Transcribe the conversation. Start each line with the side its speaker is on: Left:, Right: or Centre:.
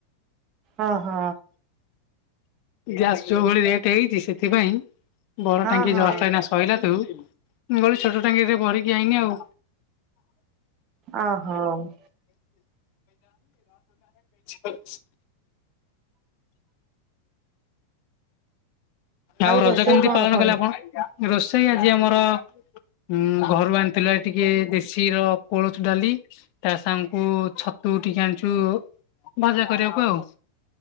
Right: ଓ‌ ହ।
Left: ଗ୍ୟାସ ଯୋଉ ଭଳି ରେଟ୍ ହେଇଚି ସେଥିପାଇଁ ବଡ଼
Right: ହଁ
Left: ଟାଙ୍କି
Right: ହଁ
Left: ଜଷ୍ଟ ଏଇନା କହିଲା ତୁ ମୋର ଛୋଟ ଟାଙ୍କିରେ ଭରିକି ଆଇନି ଆଉ।
Right: ଓହୋ
Left: <unintelligible> ଆଉ ରଜ
Right: ରୋଷେଇ
Left: କେମିତି
Right: କଣ
Left: ପାଳନ
Right: ପୁଣି?
Left: କଲେ ଆପଣ ରୋଷେଇ ଆଜି ଆମର ଉ ଘରୁ ଆଣି ଥିଲା ଟିକେ ଦେଶୀର କୋଳଥ ଡ଼ାଲି ତା ସାଙ୍ଗଙ୍କୁ ଛତୁ ଟିକେ ଆଣିଛୁ ଭଜା କରିବାକୁ ଆଉ।